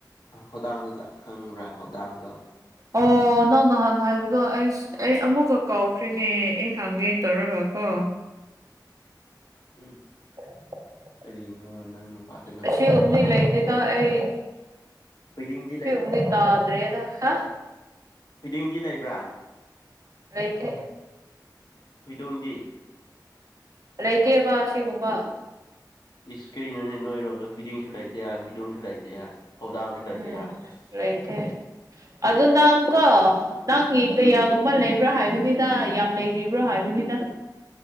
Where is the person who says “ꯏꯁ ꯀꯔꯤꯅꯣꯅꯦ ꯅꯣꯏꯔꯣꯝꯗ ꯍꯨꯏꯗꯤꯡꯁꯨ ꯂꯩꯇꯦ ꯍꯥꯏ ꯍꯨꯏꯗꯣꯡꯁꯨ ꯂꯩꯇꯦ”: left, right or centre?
Left